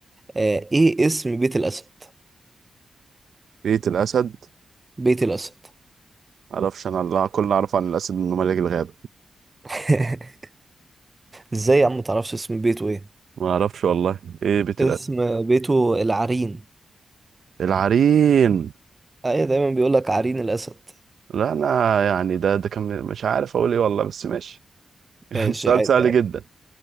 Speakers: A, on the right; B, on the right.
A: آه ايه اسم بيت الاسد
B: بيت الاسد
A: بيت الاسد
B: معرفش انا اللي- كل اللي اعرفه عن الاسد انه ملك الغابة
A: <laughs> ازاي يا عم متعرفش اسم بيته ايه
B: ما اعرفش والله ايه بيت
A: اسم
B: الاسد
A: بيته العرين
B: العرين
A: ايوه دايما بيقولك عرين الاسد
B: لا انا يعني ده ده كان مش عارف اقول ايه والله بس ماشي
A: ماشي
B: سؤال
A: عادي
B: سهل
A: عادي
B: جدا